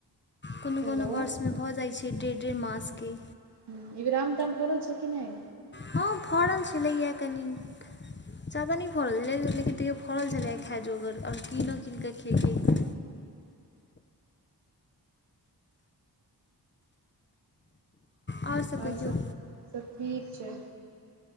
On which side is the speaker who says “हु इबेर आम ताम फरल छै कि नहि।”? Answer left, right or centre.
Right